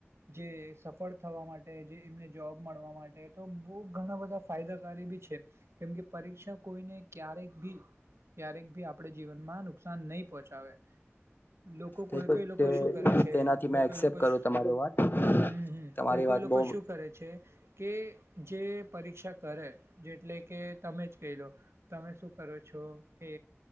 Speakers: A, on the right (about 75°); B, on the left (about 50°).
A: જે સફળ થવા મા ટે જે એમને જોબ મળવા માટે તો બો ઘણા બધા ફાયદાકારી બી છે. કેમકે પરીક્ષા કોઈને ક્યારેક ભી ક્યારેક ભી આપણે જીવનમાં નુકસાન નહી પહોંચાવે લોકો
B: તે
A: કોઈ
B: તો
A: કોઈ લોકો
B: તે
A: શું કરે છે
B: તેનાથી
A: કોઈ
B: મેં
A: કોઈ
B: એક્સેપ્ટ
A: લોકો હમ
B: કરું તમારી વાત
A: હમ
B: તમારી
A: કોઈ કોઈ
B: વાત
A: લો પ
B: બહ
A: શું કરે છે. કે જે પરીક્ષા કરે જેટલે કે તમે જ કહી લો તમે શું કરો છો કે